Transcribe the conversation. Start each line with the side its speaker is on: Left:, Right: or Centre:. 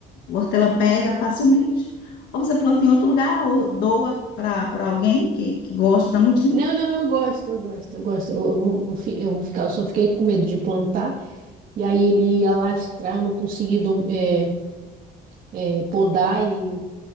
Left: o hortelã pega facilmente, ou você planta em outro lugar, ou doa para para alguém que, que gosta da mudinha.
Right: Não, não, eu gosto, eu gosto, eu gosto. Eu, eu vou, eu fi- eu vou ficar, eu só fiquei com medo de plantar, e aí ele ia lastrar, eu não consegui dom- é, é, podar e